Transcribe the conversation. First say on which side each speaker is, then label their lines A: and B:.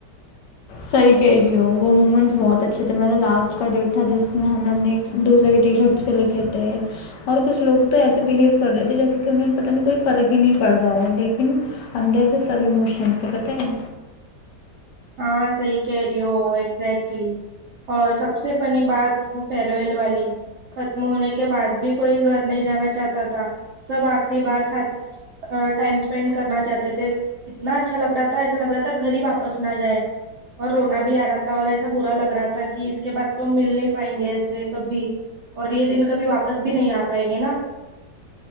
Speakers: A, on the left; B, on the right.
A: صحیح کہہ رہی ہو وہ مومنٹس بہت اچھے تھے میر لاسٹ کا ڈیٹ تھا جس میں ہم نے اپنے ایک دوسرے کے ٹی شرٹس پہ لکھے تھے اور کچھ لوگ تو ایسے بہیو کر رہے تھے جیسے کہ انہیں پتہ نہیں کوئی فرق ہی نہیں پڑ رہا ہے لیکن اندےس سے سب ایموشن تھے پتہ ہے
B: ہاں صحیح کہہ رہی ہو ایزیکٹلی اور سب سے فنی بات وہ فئر ویل والی ختم ہونے کے بعد بھی کوئی گھر نہیں جانا چاہتا تھا سب آخری بار ساتھ ٹائم اسپینڈ کرنا چاہتے تھے اتنا اچھا لگ رہا تھا ایسا لگ رہا تھا گھر ہی واپس نہ جائے اور رونا بھی آ رہا تھا اور ایسا برا لگ رہا تھا کہ اس کے بعد تو ہم مل نہیں پائیں گے ایسے کبھی اور یہ دن کبھی واپس بھی نہیں آ پائیں گے نا